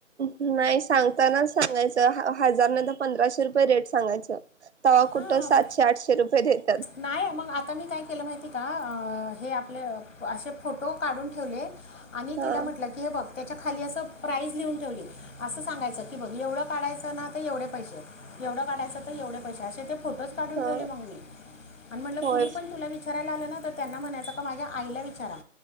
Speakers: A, on the right (about 60°); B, on the left (about 75°).
A: नाही सांगतानाच सांगायचं ह हजार नाहीतर पंधराशे रुपये रेट सांगायच तवा कुठ
B: हां
A: सातशे आठशे रुपये देतात
B: नाही मग आता मी काय केलं माहिती आता हे आपले असे फोटो काढून ठेवले आणि
A: हा
B: तिला म्हटलं की हे बघ त्याच्या खाली असं प्राईज लिहून ठेवले असं सांगायचं की बघ एवढं काढायचं ना तर एवढे पैसे एवढं काढायचं तर एवढे पैसे असे ते फोटोच काढून
A: हा
B: ठेवले मग मी आणि म्हटलं
A: होय
B: कुणी पण तुला विचारायला आलं ना तर त्यांना म्हणायचं का माझ्या आईला विचारा